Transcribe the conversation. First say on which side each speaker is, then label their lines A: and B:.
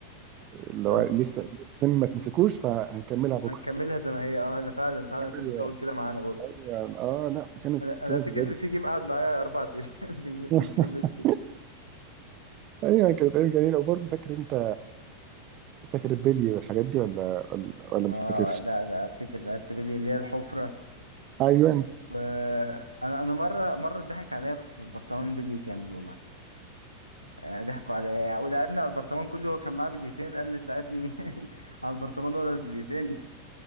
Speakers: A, on the right (about 35°); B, on the right (about 85°).
A: اللي
B: اه
A: هو لسه ما تمسكوش فهنكملها بكره
B: هنكملها زي ما هي اه انا فعلا فعلا كانت
A: ايوه
B: بتطول كده معانا برضو
A: ايوه اه لا فكانت
B: انا
A: كانت
B: انا افتكر
A: بجد
B: ان في جيم قعد معايا اربع ايام <laughs> بن- بنكمل
A: <laughs> ايوه كانت ايام جميله وبرضه فاكر انت فاكر البلي والحاجات دي ولا ولا, ولا
B: اه
A: ما تفتكرش
B: لا لا افتكر لعبت بلي اللي هي الحفرة
A: ايوه
B: وانا انا مرة مرة اتضحك عليا في برطمان بلي كامل والله آه، ضحكوا عليا ولعبني على البرطمان كله هو كان معاه بليتين قال لي تلعبني <laughs> على البرطمان ولا البليتين